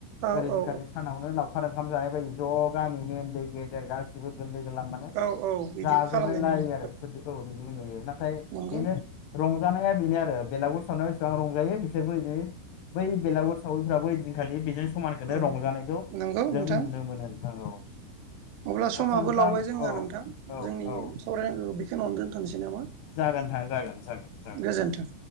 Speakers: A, on the right; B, on the left.
A: औ
B: ओरैनोखालि
A: औ
B: सानावनो लाव खार ओंखाम जानाय बायदि ज' गामिनि उन्दै गेदेर गासिबो लोगो लांनानै
A: औ औ बिदिबो
B: जाजोबनाय
A: खालामनाय
B: लायो
A: नुयो
B: आरो खु औ बिदि नुयो नाथाय
A: नंगौ
B: बेनो रंजाना नाया बेनो आरो बेलागुर सावनायाव बेसेबां रंजायो बिसोरबो बिदि बै बेलागुर सावरिफ्राबो इदिनखालि बेजों समानखौनो
A: औ
B: रंजानायखौ
A: नंगौ
B: जों
A: नोंथां
B: नुनो मोनो नोंथां औ
A: अब्ला समाबो
B: आदसा नोंथां
A: लावबाय जोङो
B: औ
A: नोंथां
B: औ
A: जोंनि
B: औ
A: सावरायनांगौ बेखौन दोनथनोसै नामा
B: जागोन नोंथां जागोन जागोन जागोन नोंथां
A: गोजोनथों